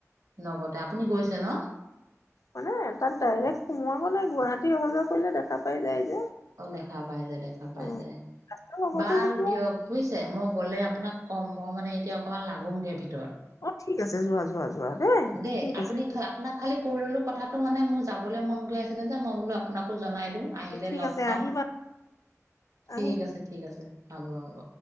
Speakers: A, on the right; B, on the left.
A: লগতে, আপুনি গৈছে ন'।
B: মানে তাত ডাইৰেক্ট সোমোৱ গৈ নাই গুৱাহাটী অহা যোৱা কৰিলে দেখা পাই যায় যে।
A: অ', দেখা পাই যায় দেখা পাই
B: উম,
A: যায়
B: ৰাস্তাৰ লগতে
A: বাৰু
B: যেতিয়া
A: দিয়ক। বুজিছে মই গ'লে আপোনাক ক'ম মই মানে এতিয়া অকণমান লাগোংগে ভিতৰত।
B: অ', ঠিক আছে যোৱা যোৱা যোৱা। দেই
A: দে
B: ঠিক
A: আপুনি
B: আছে
A: খলক আপোনাক খালী কৈ ল'লো কথাটো মানে মোৰ যাবলৈ মন গৈ আছিলে যে মই বোলো আপোনাকো জনাই দিওঁ। আহিলে
B: ঠিক
A: লগ
B: আছে
A: পাম,
B: আহিবা
A: ঠিক
B: আহিবা।
A: আছে ঠিক আছে হ'ব হ'ব।